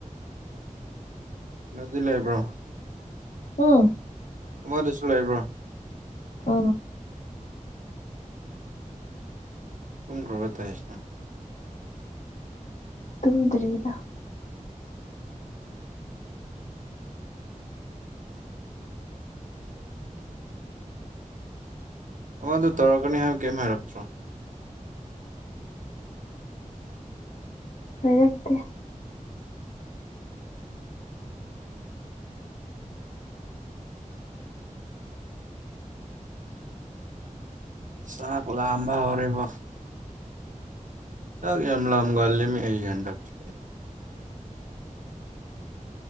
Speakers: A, on the right; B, on the left.
A: ꯅꯗꯤ ꯂꯩꯕ꯭ꯔꯣ
B: ꯍꯣ
A: ꯑꯃꯗꯨꯁꯨ ꯂꯩꯕ꯭ꯔꯣ
B: ꯑ
A: ꯇꯨꯝꯈ꯭ꯔꯕꯣ ꯇꯩꯁꯤꯅ
B: ꯇꯨꯝꯗ꯭ꯔꯤꯗ
A: ꯑꯃꯗꯣ ꯇꯧꯔꯛꯀꯅꯤ ꯍꯥꯏꯕ ꯀꯔꯤꯝ ꯍꯥꯏꯔꯛꯇ꯭ꯔꯣ
B: ꯍꯥꯏꯔꯛꯇꯦ
A: ꯆꯥꯛ ꯂꯥꯝꯕ ꯍꯧꯔꯤꯕꯣ ꯆꯥꯛ ꯌꯥꯝ ꯂꯥꯝꯒꯂꯦ ꯑꯩꯖꯦ ꯍꯟꯗꯛꯁꯦ